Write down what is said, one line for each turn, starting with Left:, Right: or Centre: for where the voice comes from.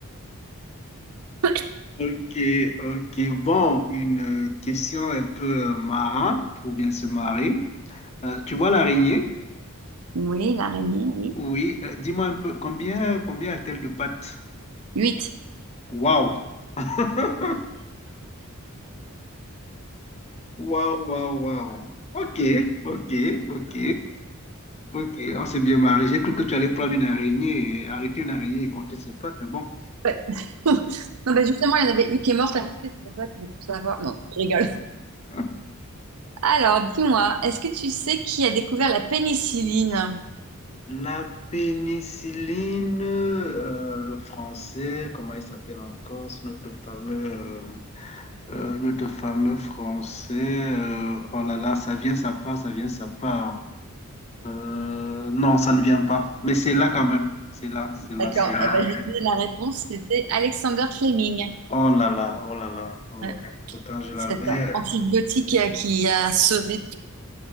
Right: <laughs>
Left: Ok, ok. Bon, une euh, question un peu euh, marrante pour bien se marrer. Euh, tu vois l'araignée?
Right: Oui, l'araignée, oui.
Left: Oui. Euh, dis-moi un peu, combien, combien a-t-elle de pattes?
Right: 8.
Left: Waouh! <laughs> Waouh, waouh, waouh. Ok, ok, ok, ok. On s'est bien marié. J'ai cru que tu allais prendre une araignée, et arrêter une araignée et compter ses pattes, mais bon.
Right: Ouais. <laughs> Non, bah justement, il y en avait une qui est morte, c'est pour ça que je veux tout savoir. Non, je rigole.
Left: Hein?
Right: Alors, dis-moi, est-ce que tu sais qui a découvert la pénicilline?
Left: La pénicilline, euh, le français, comment il s'appelle encore, c'est notre fameux, euh, euh, notre fameux français. euh, oh là là, ça vient, ça part, ça vient, ça part. Euh, non, ça ne vient pas. Mais c'est là quand même. C'est là, c'est là,
Right: D'accord,
Left: c'est là.
Right: eh ben, je vais te donner la réponse, c'était Alexander Fleming.
Left: Oh là là, oh là là, oh
Right: Ouais.
Left: là là. Pourtant, je l'avais.
Right: Cet antibiotique euh, qui a sauvé